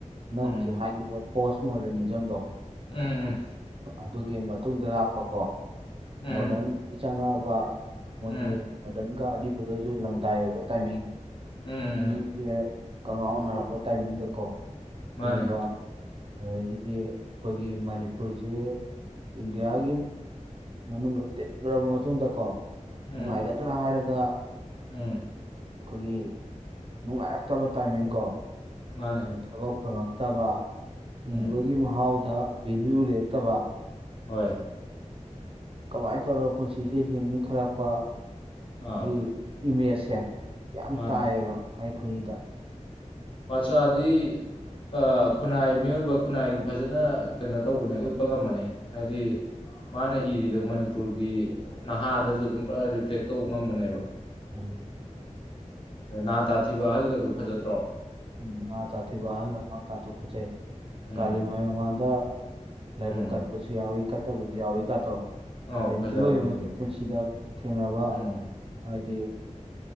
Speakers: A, on the right; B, on the left.
A: ꯅꯪ
B: ꯎꯝ
A: ꯍꯧꯖꯤꯛ ꯍꯥꯏꯔꯤꯕ ꯄꯣꯁ ꯃꯣꯔꯗꯔꯅꯤꯖꯝꯗꯣ
B: ꯎꯝ ꯎꯝ
A: ꯑꯗꯨꯒꯤ ꯃꯇꯨꯡꯗ ꯂꯥꯛꯄ ꯀꯣ
B: ꯎꯝ
A: ꯃꯣꯗꯔꯟꯗꯤ ꯆꯪꯉꯛꯑꯕ ꯃꯣꯏꯒꯤ
B: ꯎꯝ
A: ꯃꯣꯗꯔꯟꯒ ꯑꯔꯤꯕꯒꯁꯨ ꯂꯪꯗꯥꯥꯏ ꯑꯣꯏꯕ ꯇꯥꯏꯃꯤꯡ
B: ꯎꯝ ꯎꯝ
A: ꯃꯤꯁꯦ ꯀꯉꯥꯎꯅꯔꯛꯄ ꯇꯥꯏꯃꯤꯡꯗ ꯀꯣ
B: ꯃꯥꯅꯦ
A: ꯏꯕ ꯑꯗꯒꯤꯗꯤ ꯑꯩꯈꯣꯏꯒꯤ ꯃꯅꯤꯄꯨꯔꯁꯦ ꯏꯟꯗꯤꯌꯥꯒꯤ ꯃꯅꯨꯡꯗ ꯇꯤꯟꯈ꯭ꯔꯕ ꯃꯇꯨꯡꯗꯀꯣ
B: ꯎꯝ
A: ꯅꯨꯡꯉꯥꯏꯒꯗ꯭ꯔꯥ ꯍꯥꯏꯔꯒ
B: ꯎꯝ
A: ꯑꯩꯈꯣꯏꯒꯤ ꯅꯨꯡꯉꯥꯏꯔꯛꯇꯕ ꯇꯥꯏꯃꯤꯡ ꯀꯣ
B: ꯃꯥꯅꯦ
A: ꯑꯗꯨ ꯊꯥꯕꯛ ꯐꯪꯉꯛꯇꯕ ꯍꯤꯡꯕꯒꯤ
B: ꯎꯝ
A: ꯃꯍꯥꯎꯗ ꯚꯦꯂꯨ ꯂꯩꯔꯛꯇꯕ
B: ꯍꯣꯏ
A: ꯀꯃꯥꯏꯟ ꯇꯧꯔꯒ ꯄꯨꯟꯁꯤꯁꯦ ꯍꯤꯡꯅꯤ ꯈꯠꯂꯛꯄ
B: ꯑꯥꯎ
A: ꯒꯤ ꯏꯃꯦꯖꯁꯦ ꯌꯥꯝ
B: ꯃꯥꯅꯦ
A: ꯇꯥꯌꯦꯕ ꯃꯥꯏ ꯈꯨꯠꯏꯗ
B: ꯄꯥꯆꯥꯗꯤ ꯑ ꯈꯨꯟꯅꯥꯏ ꯃꯤꯑꯣꯏꯕ ꯈꯨꯟꯅꯥꯏꯒꯤ ꯐꯖꯅ ꯀꯩꯅꯣ ꯇꯧꯕꯅꯦ ꯎꯠꯄ ꯉꯝꯕꯅꯦ ꯍꯥꯏꯗꯤ ꯃꯥꯅ ꯏꯔꯤꯗꯣ ꯃꯅꯤ ꯄꯨꯔꯒꯤ ꯅꯍꯥꯗꯖꯨ ꯑꯗꯨꯝ ꯄꯨꯔꯥ ꯔꯤꯐ꯭ꯂꯦꯛ ꯇꯧꯕ ꯉꯝꯕꯅꯦꯕ
A: ꯎꯝ.
B: ꯅꯥ ꯇꯥꯊꯤꯕ ꯑꯍꯜꯒꯗꯣ ꯐꯖꯗ꯭ꯔꯣ
A: ꯎꯝ ꯅꯥ ꯇꯥꯊꯤꯕ ꯑꯍꯜ ꯑꯃꯥ ꯀꯥꯟꯊꯣꯛꯄꯖꯦ ꯀꯥꯂꯤꯃꯥꯏ
B: ꯎꯝ
A: ꯃꯃꯥꯡꯗ ꯂꯥꯏꯕꯛ
B: ꯎꯝ
A: ꯀꯠꯄꯁꯨ ꯌꯥꯎꯏ ꯀꯠꯇꯕꯖꯨ ꯌꯥꯎꯏꯀꯇꯣ
B: ꯑꯧ
A: ꯍꯥꯏꯗꯤ
B: ꯐꯖꯕꯅꯦ
A: ꯃꯤꯑꯣꯏꯕꯒꯤ
B: ꯑꯗꯨꯗꯣ
A: ꯄꯨꯟꯁꯤꯗ ꯊꯦꯡꯅꯕ
B: ꯎꯝ
A: ꯍꯥꯏꯗꯤ